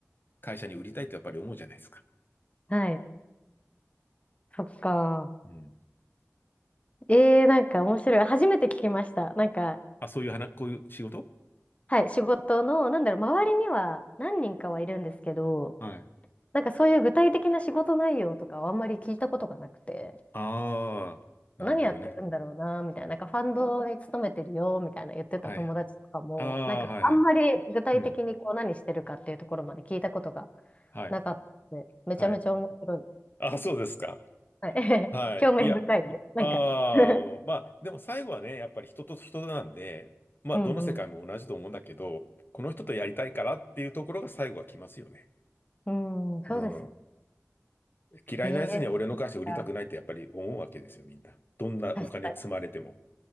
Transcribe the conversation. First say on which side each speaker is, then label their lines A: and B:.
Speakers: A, on the left; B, on the left.
A: 会社に売りたいとやっぱり思うじゃないですか。
B: に。はい。そっか。
A: うん。
B: ええなんか面白い。初めて聞きました。なんか、
A: あ、そういう話、こういう仕事
B: はい、仕事の、なんだろう、周りには何人かはいるんですけど、
A: はい。
B: なんかそういう具体的な仕事内容とかはあんまり聞いたことがなくて、
A: ああ、なるほどね。
B: 何やってるんだろうな、みたいな、なんかファンドに勤めてるよ、みたいな言ってた友達とかも、
A: はい。ああ、
B: なんかこうあんまり具体的にこう何してるかっていうところまで聞いたことが
A: はいはい。うん。はい。
B: なかったので、めちゃめちゃ面白い。
A: はい。あ、そうですか。
B: はい。<laughs>
A: はい。
B: 興味深いです。
A: いや、
B: なんか
A: ああ、
B: <laughs>
A: うんまあ、でも最後はね、やっぱり人と人なんで、まあ、
B: うんう
A: どの世界も同じと思うんだけど、この人とやりたいからっていうところが最後は来ますよね。
B: ん。うん、そうです。
A: うん。嫌いなやつには俺の会社売りたくないってやっぱり思うわけですよ、
B: へえ、そっか
A: みんな。どんなお金積まれても。
B: 確かに。